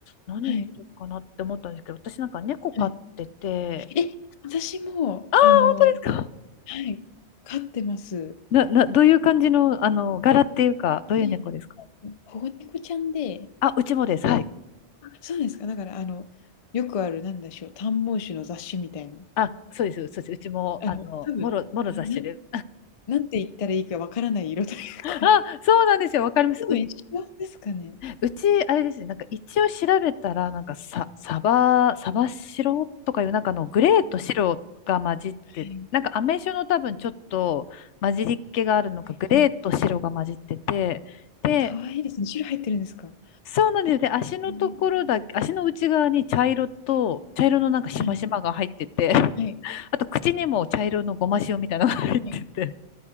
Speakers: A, on the left; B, on the left.
A: 何するかなって思ったんですけど、
B: はい、
A: 私なんか猫飼ってて、
B: はい。え、私も、
A: ああ、
B: あの
A: 本当ですか
B: はい、飼ってます。
A: な、な、どういう感じの、あの、柄っていうか、
B: 私、
A: どういう猫ですか
B: あの、保護猫ちゃんで、
A: あ、うちもです。はい。
B: そうですか。だから、あの、よくある、なんでしょう、短毛種の雑種みたいな。
A: あ、そうです、そうです。うちも、
B: あの、
A: あの、
B: 多分、
A: もろ、もろ雑種です。
B: なななんて言ったらいいかわからない色というか、
A: <laughs>
B: <laughs>
A: あ、そうなんですよ。わかります。
B: 多分一緒ですかね。
A: う、うち、あれですね。なんか一応調べたら、なんかササバ、サバ白とかいう、なんかあのグレーと白が混じって、
B: はい、
A: なんかアメ酒の多分ちょっと混じりっ気があるのか、
B: はいはい。
A: グレーと白が混じってて、で、
B: え、可愛いですね。白入ってるんですか？
A: そうなんですよ。で、足のところだ足の内側に茶色と、
B: ええ。
A: 茶色のなんかしましまが入ってて、
B: はいは
A: <laughs>
B: いはい、
A: あと口にも茶色のごま塩みたいなのが入ってて
B: はい。